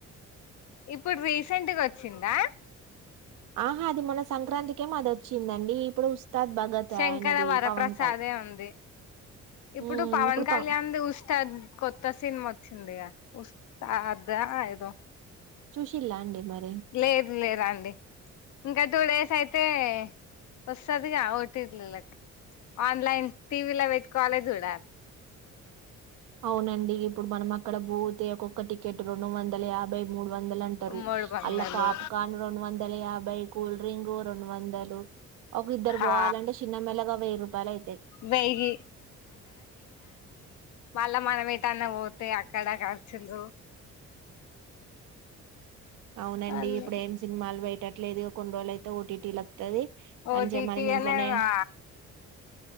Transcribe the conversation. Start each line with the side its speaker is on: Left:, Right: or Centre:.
Left: ఇప్పుడు రీసెంట్గా వచ్చిందా
Right: ఆహా అది మన సంక్రాంతికే అది వచ్చిందండి ఇప్పుడు ఉస్తాద్ భగత్
Left: శంకర
Right: ఆయనది
Left: వరప్రసాదే
Right: పవన్ కాయ్
Left: ఉంది ఇప్పుడు
Right: ఉమ్
Left: పవన్ కళ్యాణ్
Right: ప
Left: ఉస్తాద్ కొత్త సినిన్ వచ్చింది గా ఉస్తాదా ఏదో
Right: చూసిలా అండి మరి
Left: లేదు లేదు అండి ఇంకా టూ డేస్ అయితే వస్తుదిగా ఓటీటీ లోకి ఆన్లైన్ టీవీలో పెట్కోవాలే చూడాలి
Right: అవునండి ఇప్పుడు మనం అక్కడ పోతే ఒక్కొక్క టికెట్ రెండు వందల యాభై మూడు వందలు అంటారు
Left: మూడు వందలు
Right: అల్లా పాప్కార్న్ రెండు వందలు యాభై కూల్ డ్రింక్ రెండు వందలు ఒక ఇద్దరు పోవాలంటే
Left: ఆ
Right: చిన్న మెల్లగా వెయ్యి రూపాయలు అయితాయి
Left: వెయ్యి మల్లా మనం ఏటన్నా పోతే అక్కడ ఖర్చులు
Right: అవునండి
Left: అన్నీ
Right: ఇప్పుడు ఏం సినిమాలు బయ ట్లేదు కొన్నిరోలు అయితే ఓటీటీ లు వత్తది
Left: ఓ
Right: మంచిగా
Left: టీ
Right: మనం
Left: టీ ఇయ్యా
Right: ఇంట్లోనే
Left: లేదా